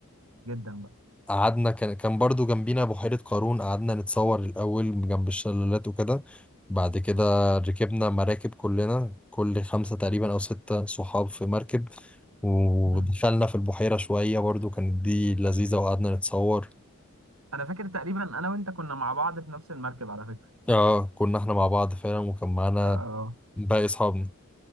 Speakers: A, on the right; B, in the centre.
A: <laughs> جدا بقى
B: قعدنا كان كان برضو جنبينا بحيرة قارون قعدنا نتصور الأول جنب الشلالات وكده بعد كده ركبنا مراكب كلنا كل خمسة تقريبا أو ستة صحاب في مركب ودخلنا
A: مم.
B: في البحيرة شوية برضو كانت دي لذيذة وقعدنا نتصور
A: أنا فاكر تقريبا أنا وأنت كنا مع بعض في نفس المركب على فكرة
B: اه كنا احنا مع بعض فعلا وكان معانا
A: آه
B: باقي أصحابنا